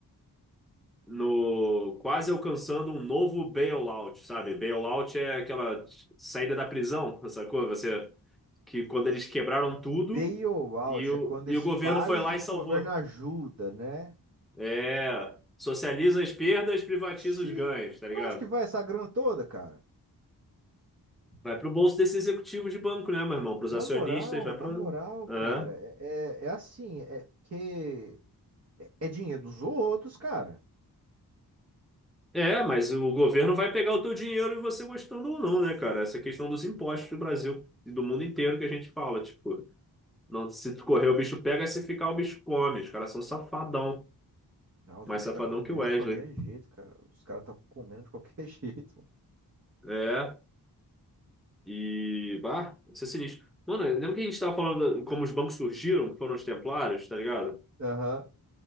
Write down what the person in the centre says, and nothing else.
no quase alcançando um novo bailout, sabe? Bailout é aquela saída da prisão, <laughs> sacou? Você que quando eles quebraram tudo
e o,
e
o governo foi lá
e salvou.
É, socializa as perdas, privatiza
os ganhos, tá
ligado?
Vai pro bolso desse executivo de banco, né, meu irmão? Pros
acionistas,
vai
pro.
É.
É, mas o governo vai pegar o teu dinheiro e você gostando ou não, né, cara? Essa questão dos impostos do Brasil e do mundo inteiro que a gente fala, tipo, não, se tu correr o bicho pega, se ficar o bicho come. Os caras são safadão,
mais
safadão
que o Wesley.
É, e, bah, isso é sinistro. Mano, lembra que a gente tava falando da- como os bancos surgiram, foram os templários, tá ligado?